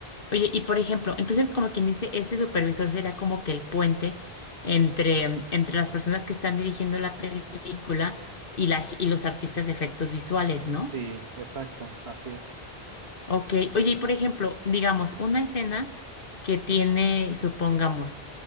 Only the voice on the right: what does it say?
Sí,
exacto, así es.